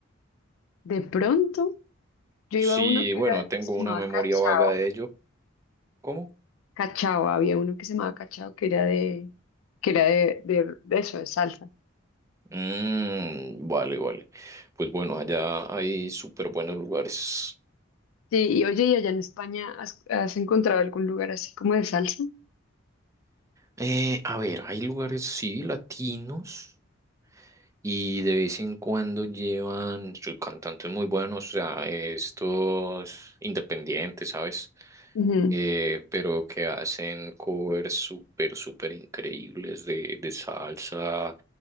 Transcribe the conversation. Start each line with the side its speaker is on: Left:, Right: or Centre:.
Left: De pronto. Yo
Right: Sí,
Left: iba a uno que
Right: bueno,
Left: era
Right: tengo
Left: que se
Right: una
Left: llamaba
Right: memoria
Left: Cachao.
Right: vaga de ello. ¿Cómo?
Left: Cachao, había uno que se llamaba Cachao que era de, que era de, de, de eso, de salsa.
Right: Mm, vale, vale. Pues bueno, allá hay súper buenos lugares.
Left: Sí, y oye, ¿y allá en España has, has encontrado algún lugar así como de salsa?
Right: Eh, a ver, hay lugares, sí, latinos. Y de vez en cuando llevan sus cantantes muy buenos, o sea, estos independientes, ¿sabes?
Left: Ujú,
Right: Eh, pero que hacen covers súper, súper increíbles de, de salsa,